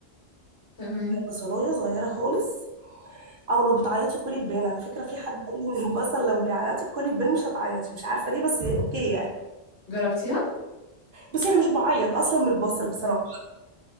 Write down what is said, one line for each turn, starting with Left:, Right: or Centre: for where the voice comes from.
Left: <laughs> تمام
Right: بصلاية صغيرة خالص او لو بتعيطي كلي البان على فكرة في حد قال لي ان البصل لو بيعيطي كلي البان مش هتعيطي مش عارفة ليه بس اوكي يعني
Left: جربتيها
Right: بس انا مش بعيط اصلا من البصل بصراحة